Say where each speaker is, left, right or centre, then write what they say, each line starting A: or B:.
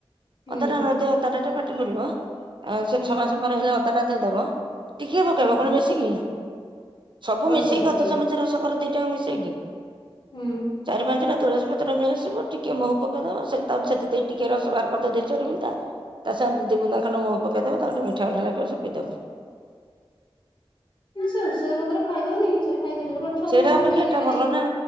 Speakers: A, on the left; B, on the right.
A: ହୁଁ
B: ଅଦା ଟା ନ ଦିଅ, ଅଦାଟା ଦେଲେ ଟିକେ ପାଟି ପଡ଼ିବ, ସେ
A: ହୁଁ
B: ଛଅ ମାସ ପରେ ହେଲେ ଅଦା ଟା ଦେଇଦବ। ଟିକେ ପକେଇବ
A: ହୁଁ
B: କଣ ବେଶିକି? ସବୁ
A: ଅଳ୍ପ
B: ମିଶେଇକି
A: ଟିକେ
B: ଅଧ ଚାମଚ ରସକର ଦିଟା ଆକ ମିଶେଇକି।
A: ହୁଁ।
B: ଚାରି ପାଞ୍ଚ ଟା ତୁଳସୀ ପତ୍ର ନେଇଆସିବ, ଟିକେ ମହୁ ପକେଇଦବ, ସେଥି ଦେଇ ଟିକେ ରସ ବାହାର କରିଦବ ଦୁଇ ଚାରି ବୁନ୍ଦା। ତା ସାଙ୍ଗେ ଦି ବୁନ୍ଦା ଖଣ୍ଡେ ମହୁ ପକେଇଦବ, ତାକୁ ଟିକେ ମିଠା ମିଠା ଲାଗିବ, ସେ ପିଇ ଦେବ।
A: ନାଇଁ ସେ ଔଷଧ ପତ୍ର ଖାଇଦଉନି କି, ସେରା ଖାଇଦଉଚି, ଗୋଟେ ଗୋଟେ ଛୁଆ
B: ସେଇଟା
A: ତାଙ୍କ ପାଟିକି
B: ଅପେକ୍ଷା ଏଟା
A: ନେବେ
B: ଭଲ
A: ନାହିଁ
B: ନା,